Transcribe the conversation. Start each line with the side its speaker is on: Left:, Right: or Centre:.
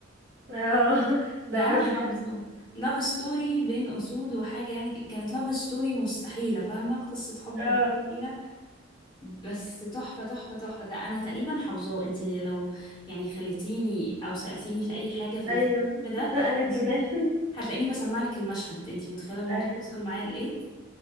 Right: اه <laughs>
Left: ده
Right: ده برضه
Left: انا
Right: حلو
Left: حافظاه لاف ستوري بين اسود وحاجه يعني ك- كانت لاف ستوري مستحيله فاهمه قصه حب
Right: اه
Left: مستحيله بس تحفه تحفه تحفه ده انا تقريبا حافظاه انت لو يعني خليتيني او سالتيني في اي حاجه في
Right: ايوه
Left: الفيلم ده
Right: <laughs> انا كمان
Left: هتل- هتلاقيني بسمع لك المشهد انت متخيله الموضوع
Right: أيوة.
Left: وصل معايا لايه